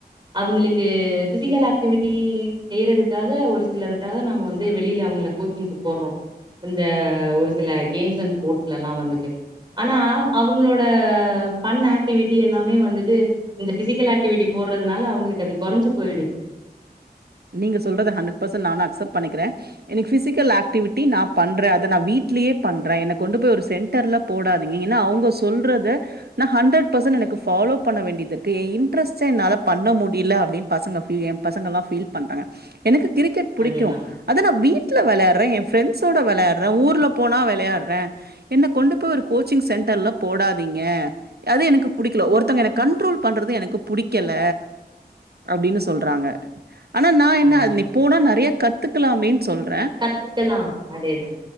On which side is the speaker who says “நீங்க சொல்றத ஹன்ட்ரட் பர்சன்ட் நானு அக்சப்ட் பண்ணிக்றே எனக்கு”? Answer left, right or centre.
Right